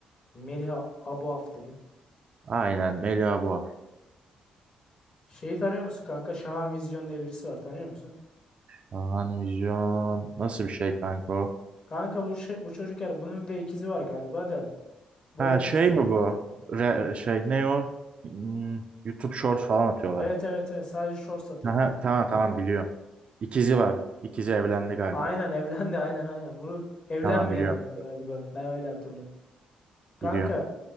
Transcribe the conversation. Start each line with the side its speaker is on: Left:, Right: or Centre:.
Left: Melih Aboaf dedin.
Right: Aynen Melia bu.
Left: Şeyi tanıyor musun kanka? Şahan Vizyon diye birisi var tanıyor musun?
Right: Şahan Vizyon. Nasıl bir şey kanka o?
Left: Kanka bu şey, bu çocuk her bunun bir de ikizi var galiba da. Bu
Right: Ha
Left: o
Right: şey
Left: isim-
Right: mi bu? Re- şey ne o? Hmm, YouTube Shorts falan atıyorlar.
Left: Evet evet evet sadece short satıyor
Right: Aha,
Left: bunda.
Right: tamam tamam biliyorum. İkizi var. İkizi evlendi galiba.
Left: Aynen evlendi aynen aynen. Bunu evlenmeyen
Right: Tamam biliyorum.
Left: olan galiba. Ben öyle hatırlıyorum. Kanka
Right: Biliyorum.